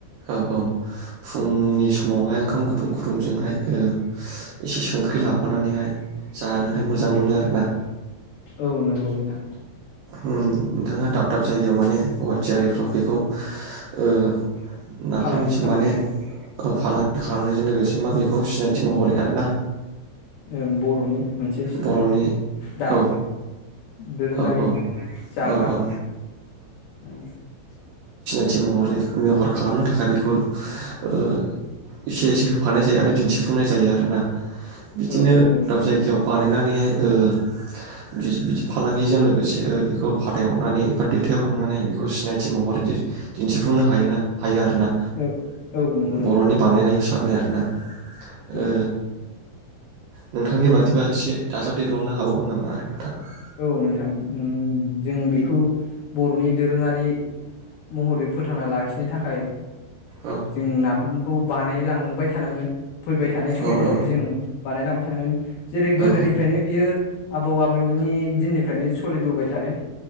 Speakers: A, on the right; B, on the left.
A: औ औ फुंनि समावहाय ओंखाम गुदुं गुदुंजोंहाय ओ‌ एसे संख्रि लाफानानैहाय जानोहाय मोजां मोनो आरो ना।
B: औ नंगौ नोंथां
A: उ नोंथाङा दाब दाब जायगायाव माने गुवाटियारिफ्राव बेखौ ओ नाफामनिसो
B: फालांगि खालामनायखौ
A: माने ओ फालांगि खालामनायजों लोगोसे मा बेखौ सिनायथि महरै आरो ना।
B: ओं बर'नि मोनसे
A: बर'नि
B: दा
A: औ
B: दोरोङारि
A: औ औ
B: जाग्रा
A: औ औ
B: ओ
A: थि महरै मेहर खालामनो थाखाय बेखौ ओ एसे एसे होफानाय जायो आरो दिनथिफुंनाय जायो आरोना बिदिनो
B: औ नंगौ
A: दाब
B: नोंथां
A: दाब जायगायाव बानायनानैहाय ओ बिदि फालांगिजों लोगोसे बेखौ फाथायहरनानै एबा दैथायहरनानै बेखौ सिनायथि महरै दिनथिफुंनो हायोना हायो आरोना
B: औ औ नंगौ नोंथां
A: बर'नि बानायनाय हिसाबै आरो <unintelligible>
B: औ
A: ओ नोंथांनि बादिबा एसे दाजाबदेरबावनो हाबावगोन नामा <unintelligible>
B: औ नोंथां उ जों बेखौ बर'नि दोरोङारि महरै फोथांना लाखिनो थाखाय
A: औ
B: जोंना नाफामखौ बानायलांबाय थानांगोन फैबाय थानाय समफोरावबो
A: औ औ
B: जों बानायलांबाय थानांगोन जेरै गोदोनिफ्रायनो
A: औ
B: बियो आबौ आबै नि दिनि फ्रायनो सोलिबोबाय थादों